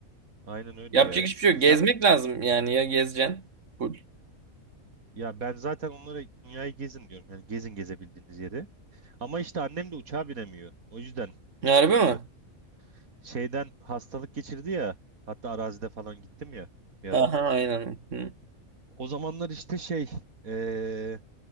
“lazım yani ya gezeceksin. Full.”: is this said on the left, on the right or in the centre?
Right